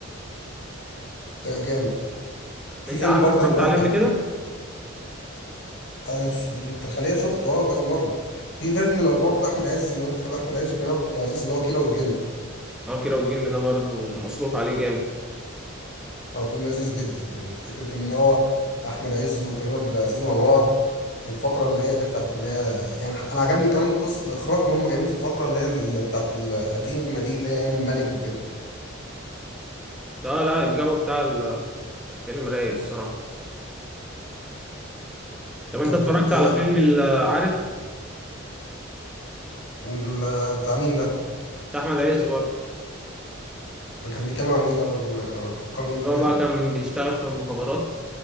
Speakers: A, on the left; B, in the centre.
A: لا جامد وفي
B: انت
A: فيلم
B: عارف
A: برضه
B: اتفرجت
A: اللي هو
B: عليه
A: كان
B: قبل كده
A: انا ش- الخلية شفته اه كذا مرة في فيلم اللي برضه ده احمد عز لو انت بتحب احمد عز وكريم عبد العزيز اللي هو كيرة والجن
B: اه كده والجن ده برضه مصروف عليه جامد
A: هو فيلم لذيذ جدا يعني فكرة ان هو احمد عز وكريم عبد العزيز مع بعض في الفترة اللي هي بتاعت اللي هي يعني ح- انا عجبني كمان قصة الاخراج ان هم جايبين في الفترة اللي هي ال- بتاعت القديمة دي اللي هي ايام الملك وكده
B: لا لا الجو بتاع ال- الفيلم رايق الصراحه طب انت
A: طب
B: اتفرجت
A: بت...
B: على فيلم ال- عارف
A: ال- بتاع مين ده؟
B: بتاع احمد عز برضه
A: ده كان بيتكلم عن ايه ده؟ ما- فكرني بيه
B: هو
A: كده
B: بقى كان بيشتغل في المخابرات